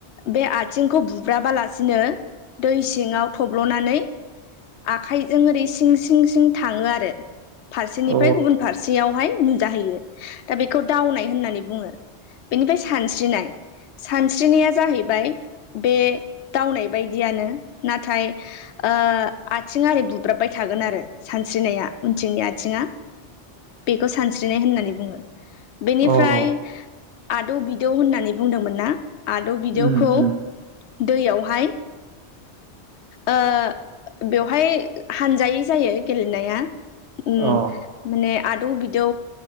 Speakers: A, on the left; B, on the right.
A: बे आथिंखौ बुब्राबालासिनो दै सिङाव थब्ल'नानै आखाइजों ओरै सिं सिं सिं थाङो आरो फारसेनिफ्राय
B: अ
A: गुबुन फारसेयावहाय दा बेखौ दावनाय होननानै बुंङो । बेनिफ्राय सानस्रिनाया जाहैबाय बे दावनाय बायदियानो नाथाय ओ आथिंआ ओरै बुब्राबबाय थागोन आरो सानस्रिनाया उनथिंनि आथिंआ बेखौ सानस्रि नाय होननानै बुङो। बेनिफ्राय
B: अ
A: आदौ बिदौ होननानै बुंदोंमोन ना? आदौ बिदौखौ
B: उम उम
A: दैयावहाय ओ बेवहाय हानजायै जायो गेलेनाया उम
B: अ
A: माने आदौ बिदौ